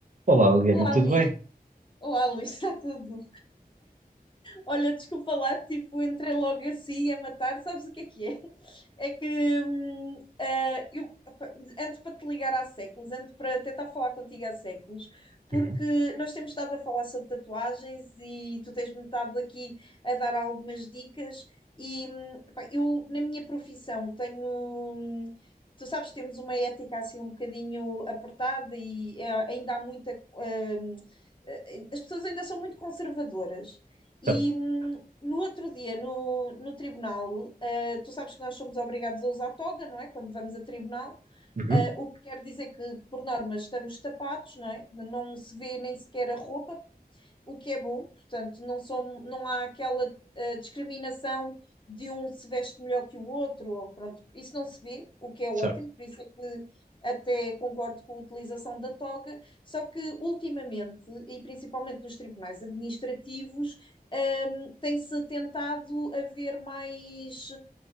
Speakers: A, on the right (about 50°); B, on the left (about 30°).
A: Olá, Liliana,
B: Olá,
A: tudo
B: Luís.
A: bem?
B: Olá, Luís, <laughs> está tudo? Olha, desculpa lá, tipo, entrei logo assim a matar, sabes o que é que é? É que hum, ah, eu opa, ando para te ligar há séculos, ando para tentar falar contigo há séculos, porque
A: Uhum,
B: nós temos estado a falar sobre tatuagens e tu tens-me estado aqui a dar algumas dicas. E hum, pá, eu, na minha profissão, tenho. hum, Tu sabes, temos uma ética assim um bocadinho apertada e eh, ainda há muita. hum, eh, as pessoas ainda são muito conservadoras e
A: Certo,
B: hum, no outro dia, no, no tribunal, eh, tu sabes que nós somos obrigados a usar toga, não é? Quando vamos a tribunal,
A: uhum,
B: Eh, o que quer dizer que, por norma, estamos tapados, não é? Não se vê nem sequer a roupa, o que é bom, portanto, não, são, não há aquela uh, discriminação de um se veste melhor que o outro, ou pronto, isso não se vê, o que é
A: certo.
B: ótimo, por isso é que até concordo com a utilização da toga, só que ultimamente, e principalmente nos tribunais administrativos, um, tem-se tentado haver mais,